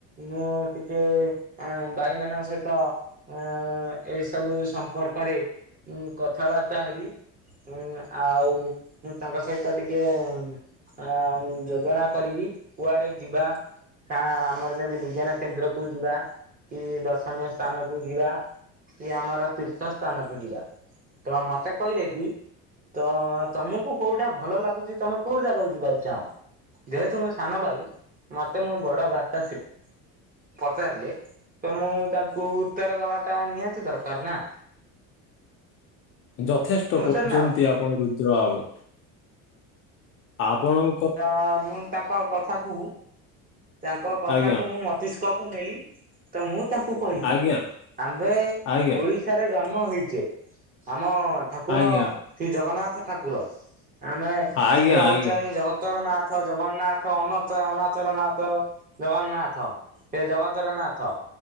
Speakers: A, on the right; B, on the left.
A: ମୁଁ ଟିକେ ଆଁ ଭାଇମାନଙ୍କ ସହିତ ଏଁ ଏ ସବୁ ସମ୍ପର୍କରେ ଉଁ କଥାବାର୍ତ୍ତା ହେବି ଉଁ ଆଉ ମୁଁ ତାଙ୍କ ସହିତ ଟିକେ ଅଁ ଯୋଜନା କରିବି କୁଆଡେ ଯିବା କାଁ ଆମର ଯେମିତି ବିଜ୍ଞାନ କେନ୍ଦ୍ରକୁୁ ଯିବା କି ଦର୍ଶନୀୟ ସ୍ଥାନ କୁ ଯିବା କି ଆମର ତୀର୍ଥ ସ୍ଥାନକୁ ଯିବା। ତ ମତେ କହିଲେ କି ତ ତମକୁ କୋଉଟା ଭଲ ଲାଗୁଚି ତମେ କୋଉ ଜାଗାକୁ ଯିବାକୁ ଚାହଁ ଯେହେତୁ ମୁଁ ସାନ ଭାଇ ମତେ ମୋ ବ ତ ଭ୍ରାତାଶ୍ରୀ ପଚାରିଲେ ତ ମୁଁ ତାଙ୍କୁ ଉତ୍ତର ଦବାଟା ନିହାତି ତି ଦରକାର ନା।
B: ଯଥେଷ୍ଟ
A: ଶୁଣୁଛନ୍ତି
B: କହୁଛନ୍ତି
A: ନା ହୁଁ
B: ଆପଣ ରୁଦ୍ର ବାବୁ ଆପଣ
A: ତ ମୁଁ ତାଙ୍କ କଥାକୁ ତାଙ୍କ କଥାକୁ
B: ଆଜ୍ଞା
A: ମୁଁ ମତିଷ୍କ କୁ ନେଲି ତ ମୁଁ ତାଙ୍କୁ କହିବି
B: ଆଜ୍ଞା
A: ଆମ୍ଭେ
B: ଆଜ୍ଞା
A: ଓଡି ଶରେ ଜନ୍ମ ହୋଇଚେ ଆମ ଠାକୁର
B: ଆଜ୍ଞା
A: ଶ୍ରୀ ଜଗନ୍ନାଥ ଠାକୁର ଆମେ
B: ଆଜ୍ଞା
A: ସିଏ
B: ଆଜ୍ଞା
A: ହଉଚନ୍ତି
B: ଆଜ୍ଞା
A: ଜଗତରନାଥ ଜଗନ୍ନାଥ ଅନଚ ଅନ ଥ ର ନାଥ ଜଗନ୍ନାଥ ସେ ଜଗତର ନାଥ